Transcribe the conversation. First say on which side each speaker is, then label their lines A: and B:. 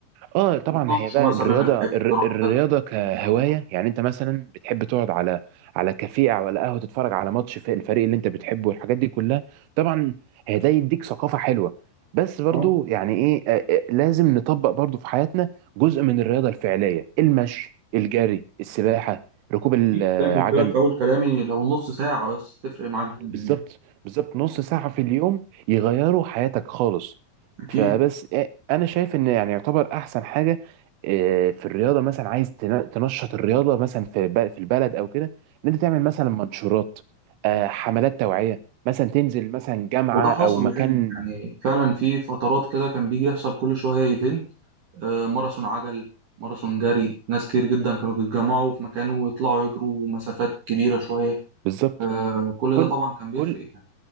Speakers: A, on the right; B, on the right.
A: اه طبعا
B: بيتناقشوا
A: هي بقى
B: مثلا
A: الرياضه
B: الاقتراحات
A: الر- الرياضه كهوايه
B: معينة
A: يعني انت مثلا بتحب تقعد على على كافيه او على قهوه تتفرج على ماتش في الفريق اللي انت بتحبه والحاجات دي كلها طبعا هي ده يديك ثقافه حلوه بس برضو
B: أه
A: يعني ايه آه، آه، لازم نطبق برضو في حياتنا جزء من الرياضه الفعليه المشي الجري السباحه ركوب
B: أكيد
A: العجل
B: زي ما قلت لك في أول كلامي لو نص ساعة بس تفرق معاك جدا
A: بالظبط
B: يعني
A: بالظبط نص ساعة في اليوم يغيروا حياتك خالص
B: أكيد
A: فبس إيه، انا شايف ان يعني يعتبر احسن حاجة إيه، في الرياضة مثلا عايز تن- تنشط الرياضة مثلا في ب- في البلد او كده ان انت تعمل مثلا منشورات آه، حملات توعية مثلا تنزل مثلا جامعة
B: وده حصل
A: او مكان
B: لعلمك يعني فعلا في فترات كده كان بيجي يحصل كل شوية ايفنت آه، ماراثون عجل ماراثون جري ناس كتير جدا كانوا بيتجمعوا في مكان ويطلعوا يجروا مسافات كبيرة شوية
A: بالظبط
B: آه، كل
A: كل
B: ده طبعا كان بيفرق
A: كل
B: يعني